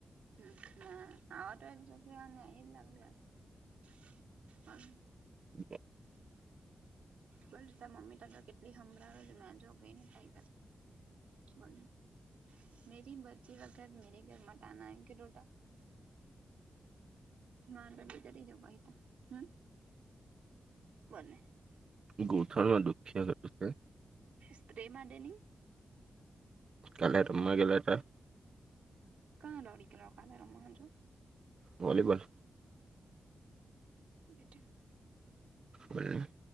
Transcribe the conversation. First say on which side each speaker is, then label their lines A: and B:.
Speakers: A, on the right (about 85°); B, on the right (about 40°).
A: હમ. ના આવા તો એક જગ્યા લાગ <unintelligible>
B: <unintelligible>
A: બોલ તા મમ્મી તને કેટલી હમરાવે છે મે જો ગઈ ને થઈ બોલને. મેરી બચી કા ઘર, મેરે ઘર મટ આના એમ કેટોટો. વાંધો નય, ઘરે જવું હોય તો. હમ. બને.
B: ઘૂંટણમાં દુખ્યા કરે છે.
A: સ્પ્રે માટેેની.
B: કાલે રમ્માં ગેલા હતા.
A: કાં ડડીકેલોકાલેમ હજો.
B: વોલીબોલ
A: બેટું.
B: બોલને.